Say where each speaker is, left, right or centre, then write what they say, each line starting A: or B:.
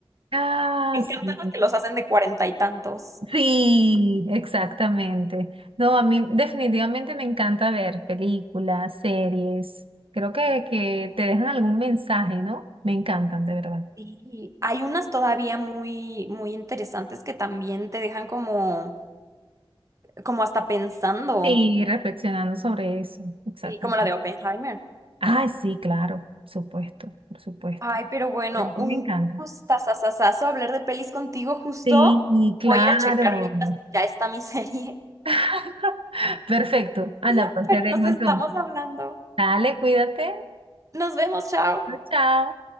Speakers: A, on the right; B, on the right.
A: Ah,
B: Me
A: sí.
B: encantan los que los hacen de cuarenta y tantos.
A: Sí, exactamente. No, a mí definitivamente me encanta ver películas, series. Creo que, que te dejan algún mensaje, ¿no? Me encantan, de verdad.
B: Sí, hay unas todavía muy, muy interesantes que también te dejan como, como hasta pensando,
A: Sí, reflexionando sobre eso, exactamente.
B: Sí, como la de Oppenheimer.
A: Ay, sí, claro, por supuesto, por supuesto.
B: Ay, pero bueno,
A: Pero sí
B: un
A: Me encanta.
B: gustazazazazo hablar de pelis contigo justo.
A: Sí, y claro.
B: Voy a ir a checar ahorita si ya está mi serie.
A: <laughs> Perfecto. Anda,
B: <laughs>
A: pues
B: Pero
A: te dejo
B: nos estamos
A: entonces.
B: hablando.
A: Dale, cuídate.
B: Nos vemos, chao.
A: Chao. chao.